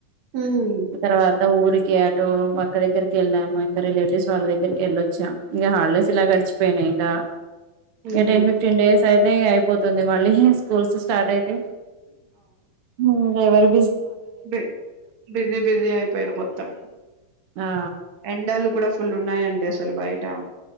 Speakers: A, on the right; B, on the right.
A: ఉహు
B: తర్వాత ఊరి ఇ ఆటో మక్క దగ్గరికి వెళ్ళాము ఇంకా రిలేటివ్స్ వాళ్ళ దగ్గరికి వెళ్ళొచ్చాం ఇంకా హాలిడేస్ ఇలా గడిచిపోయినాయి ఇంకా
A: ఉహు
B: ఓ టెన్ ఫిఫ్టీన్ డేస్ <unintelligible> అయిపోతుంది మళ్ళీ స్కూల్స్ స్టార్ట్ అయితే హ్మ్మ్ వరి
A: బ బిజీ బిజీ అయిపోయారు మొత్తం
B: ఆ
A: ఎండలు కూడా ఫుల్ ఉన్నాయండి అసలు బయట